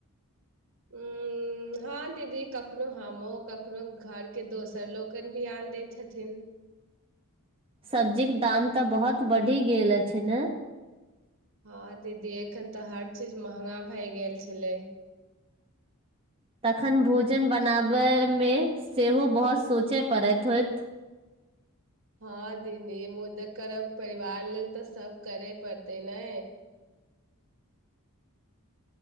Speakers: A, on the right (about 65°); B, on the right (about 25°).
A: ह हँ दीदी कखनो हमहु कखनो घरके दोसर लोकनि बिियान दैत छथिन।
B: सब्जीक के दाम तऽ बहुत बढ़ि गेल अछि ने।
A: हँ दीदी एखन तऽ हर चीज महगा भए गेल छलै।
B: तखन भोजन बनाबयमे सेहो बहुत सोचय पड़ैत होत।
A: हँ दीदी मुदा करब परिवार लेल त सब करे पड़तै ने।